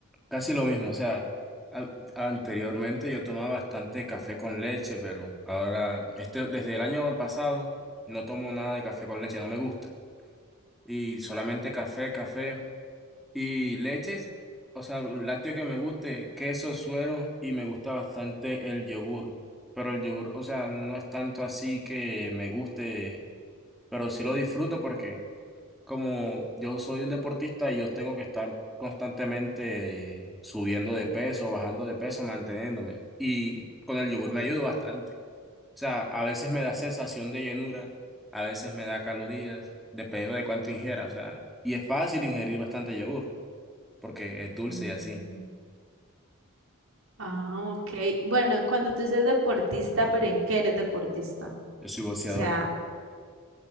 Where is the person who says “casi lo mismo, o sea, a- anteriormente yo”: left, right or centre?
Centre